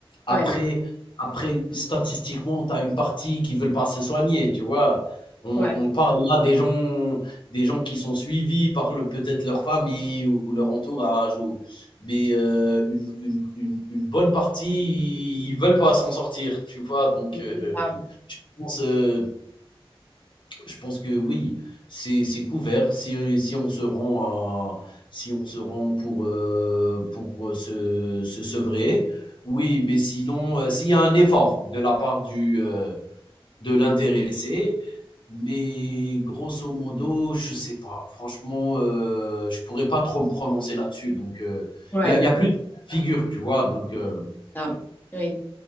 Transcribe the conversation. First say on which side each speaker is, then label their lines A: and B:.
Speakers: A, on the left; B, on the left.
A: Après,
B: ouais,
A: après statistiquement, tu as une partie qui veulent pas se soigner, tu vois. On,
B: ouais.
A: on parle là des gens, des gens qui sont suivis par le- peut-être leur famille ou leur entourage, ou, mais euh, une, une- une- une bonne partie, ils veulent pas s'en sortir, tu vois. Donc,
B: C'est
A: euh,
B: ça.
A: je pense, euh, je pense que oui, c'est c'est couvert. Si si on se rend à si on se rend pour, heu, pour, se se sevrer, oui, mais sinon, heu, s'il y a un effort de la part du, heu, de l'intéressé, mais grosso modo, je sais pas. Franchement, heu, je pourrais pas trop me prononcer là-dessus donc heu,
B: Ouais,
A: il y a il y a plusieurs de figure, tu vois? Donc heu,
B: ça. Oui.